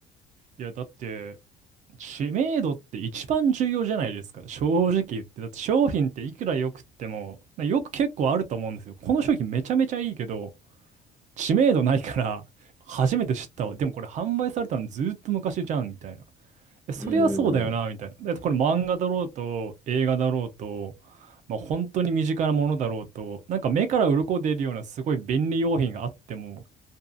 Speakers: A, on the right; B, on the right.
A: いや、だって、知名度って一番重要じゃないですか。正直言って。だって商品っていくら良くっても、よく結構あると思うんですよ。この商品めちゃめちゃいいけど、知名度ないから、初めて知ったわ。でもこれ販売されたのずーっと昔じゃん、みたいな。えそりゃそうだよな、
B: うんうん
A: みたいな。だってこれ漫画だろうと、映画だろうと、まあ、本当に身近なものだろうと、なんか目から鱗出るようなすごい便利用品があっても、